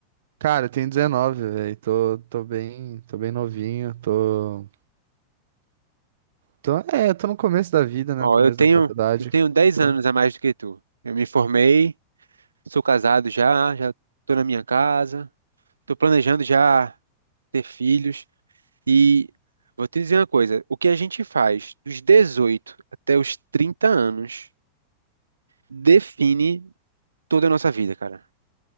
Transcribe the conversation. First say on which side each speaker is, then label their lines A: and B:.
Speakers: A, on the right; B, on the right.
A: cara, eu tenho 19, velho, tô, tô bem, tô bem novinho, tô, tô, é, tô no começo da vida, né?
B: Ó,
A: Começo
B: eu tenho,
A: da faculdade.
B: eu tenho 10
A: Com,
B: anos a mais do que tu. Eu me formei, sou casado já, já tô na minha casa, tô planejando já ter filhos. E vou te dizer uma coisa, o que a gente faz dos 18 até os 30 anos define toda a nossa vida, cara.